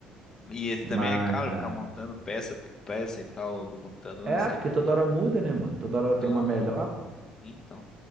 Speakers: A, on the left (about 25°); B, on the right (about 35°).
A: E esse também
B: Mas.
A: é caro,
B: ah,
A: ficar montando peça por peça e tal do computador,
B: É,
A: né? Sai
B: porque
A: carinho.
B: toda hora muda, né, mano? Toda hora tem
A: Aham.
B: uma melhor, pô.
A: Então.